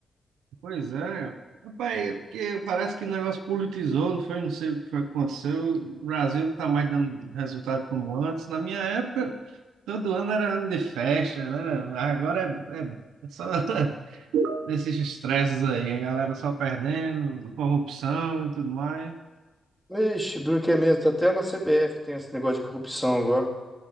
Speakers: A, on the right; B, in the centre.
A: Pois é, rapaz, é porque parece que o negócio politizou, não foi? Não sei o que foi que aconteceu. O Brasil não está mais dando resultado como antes. Na minha época, todo ano era ano de festa, né? Agora é, é só <laughs> esses estresses aí, a galera só perdendo, corrupção e tudo mais.
B: Ixi, duro que é mesmo. Até na CBF tem esse negócio de corrupção agora.